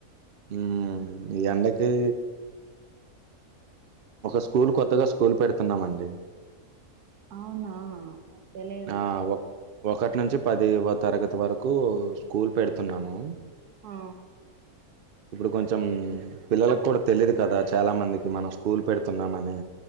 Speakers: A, on the right; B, on the right.
A: ఉమ్ ఈ ఎండకి ఒక స్కూల్ కొత్తగా స్కూల్ పెడుతున్నామండి
B: అవునా తెలియదు
A: ఆ ఒక్ ఒకటి నుంచి పది వ తరగతి వరకు స్కూల్ పెడుతున్నాము
B: ఆ
A: ఇప్పుడు కొంచెం పిల్లలకు కూడా తెలిదు కదా చాలా మందికి మనం స్కూల్ పెడుతున్నామని